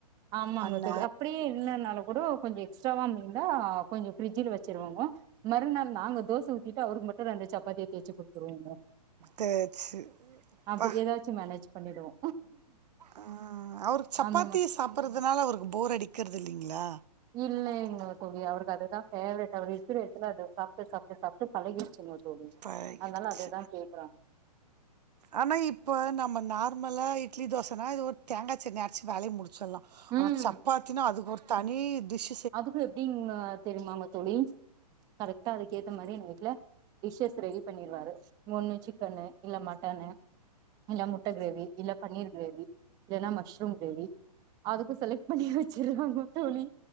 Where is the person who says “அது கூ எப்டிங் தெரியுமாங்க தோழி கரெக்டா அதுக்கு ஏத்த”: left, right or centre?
Right